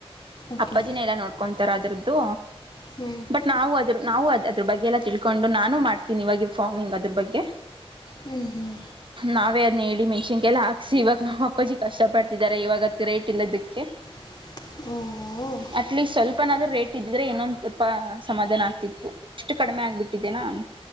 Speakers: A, on the left; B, on the right.
A: ಓಕೆ
B: ಅಪ್ಪಾಜಿನ ಎಲ್ಲ ನೋಡ್ಕೊಂಡ ರದ್ರದ್ದು
A: ಹ್ಞೂ
B: ಬಟ್ ನಾವು ಅ ನಾವು ಅ ಅದ್ರ ಬಗ್ಗೆಲ್ಲ ತಿಳ್ಕೊಂಡು ನಾನು ಮಾಡ್ತೀನಿ ಇವಾಗ ಫಾರ್ಮಿಂಗ್ ಅದ್ರ ಬಗ್ಗೆ
A: ಹ್ಮ್ ಹ್ಮ್
B: ನಾವೇ ಅದನ್ನ ಹೇಳಿ ಮೆಣಸಿನ್ಕಲ್ಲ ಹಾಕ್ಸಿ ಇವಾಗ ನಮ್ಮ ಅಪ್ಪಾಜಿ ಕಷ್ಟ ಪಡ್ತಿದಿದ್ದಾರೆ ಇವಾಗತ್ತು ರೇಟ್ ಇಲ್ಲದಕ್ಕೆ
A: ಹ್ಮ
B: ಅಟ್ ಲೀಸ್ಟ್ ಸ್ವಲ್ಪನಾದ್ೂ ರೇಟ್ ಇದ್ದಿದ್ರೆ ಇನ್ನೊಂದು ಸ್ಪ ಸಮಾಧಾನ ಆಗ್ತಿತ್ತು ಇಷ್ಟು ಕಡಿಮೆ ಆಗ್ಬಿಟ್ಟಿದೆೇನಾ